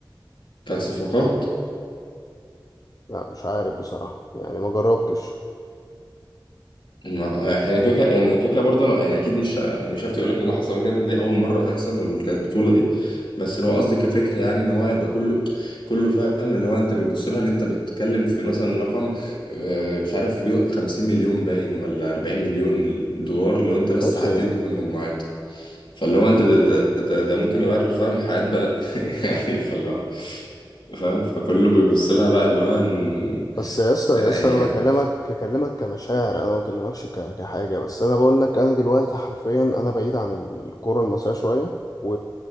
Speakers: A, on the left; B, on the left.
A: كصفقات
B: لا مش عارف بصراحه يعني ما جربتش
A: ما احنا كده كده- يعني كده كده برضه انا يعني اكيد مش مش هفتي اقول لك ان ده حصل قبل كده دي اول مره تحصل بالك- البطوله دي بس لو قصدي كفكر يعني ان هو هيبقى كله كله فاهم اللي هو انت بتبص لها ان انت بتتكلم في مثلا رقم آه، مش عارف بي- 50 مليون باين ولا 40 مليون دولار لو انت بس
B: ماشي
A: عديت دور المجموعات فاللي هو انت ده ده ده, ده ممكن يغير فاهم حياة بلد <laughs> يعني فاللي هو فاهم فكله بيبص لها بقى اللي هو ان-
B: بس يا اسطى
A: يعني
B: يا اسطى انا بكلمك بكلمك كمشاعر انا ما بكلمكش ك- كحاجه بس انا بقول لك انا دلوقتي حرفيا انا بعيد عن الكوره المصريه شويه و...